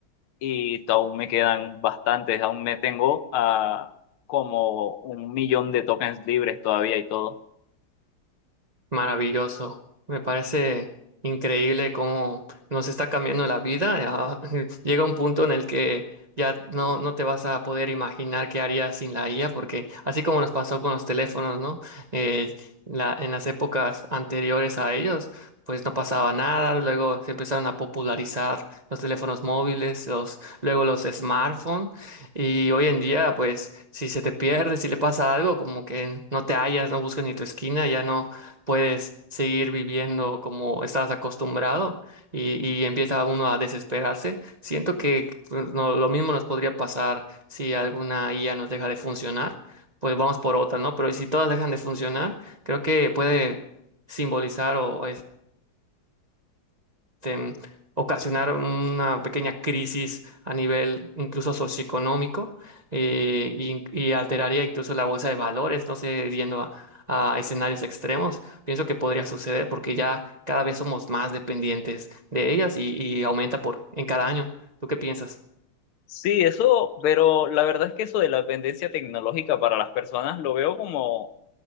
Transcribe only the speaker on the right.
Maravilloso. Me parece increíble cómo nos está cambiando la vida. Ya <laughs> llega un punto en el que ya no, no te vas a poder imaginar qué harías sin la IA, porque así como nos pasó con los teléfonos, ¿no? Eh, la- en las épocas anteriores a ellos, pues no pasaba nada. Luego se empezaron a popularizar los teléfonos móviles, los, luego los smartphones. Y hoy en día, pues, si se te pierde, si le pasa algo, como que no te hallas, no buscas ni tu esquina, ya no puedes seguir viviendo como estabas acostumbrado y, y empieza uno a desesperarse. Siento que pues, no- lo mismo nos podría pasar si alguna IA nos deja de funcionar, pues vamos por otra, ¿no? Pero si todas dejan de funcionar, creo que puede simbolizar o este, ocasionar una pequeña crisis a nivel incluso socioeconómico eh, y, y alteraría incluso la bolsa de valores, no sé, yendo a, a escenarios extremos. Pienso que podría suceder porque ya cada vez somos más dependientes de ellas y, y aumenta por en cada año. ¿Tú qué piensas?